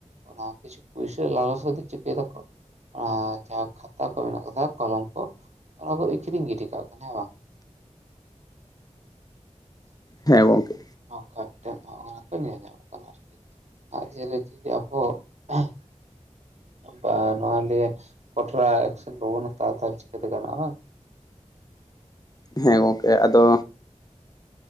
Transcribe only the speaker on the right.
ᱚᱱᱟ ᱠᱤᱪᱷᱩ ᱯᱩᱭᱥᱟᱹ ᱞᱟᱞᱚᱪ ᱠᱚᱛᱮ ᱪᱤᱠᱟᱹᱭ ᱫᱟᱠᱚ ᱟ ᱡᱟᱦᱟᱸ ᱠᱷᱟᱛᱟ ᱠᱚ ᱢᱮᱱᱟᱜ ᱟᱠᱟᱫᱟ ᱠᱚᱞᱚᱢ ᱠᱚ ᱚᱱᱟ ᱠᱚ ᱟᱠᱷᱨᱤᱧ ᱜᱤᱰᱤ ᱠᱟᱜ ᱠᱟᱱᱟ ᱦᱮᱸ ᱵᱟᱝ
ᱱᱚᱝᱠᱟ ᱢᱤᱫᱴᱮᱱ ᱚᱱ ᱚᱱᱟ ᱠᱚ ᱧᱮᱞ ᱧᱟᱢᱚᱜ ᱠᱟᱱᱟ ᱟᱨᱠᱤ ᱟᱨ <unintelligible> ᱵᱟ ᱱᱚᱣᱟ ᱞᱤᱭᱮ ᱠᱚᱴᱨᱟ ᱮᱠᱥᱮᱱ ᱵᱟᱵᱚᱱ ᱦᱟᱛᱟᱣᱟ ᱛᱟᱦᱚᱞᱮ ᱪᱤᱠᱟᱹᱛᱮ ᱜᱟᱱᱚᱜ-ᱟ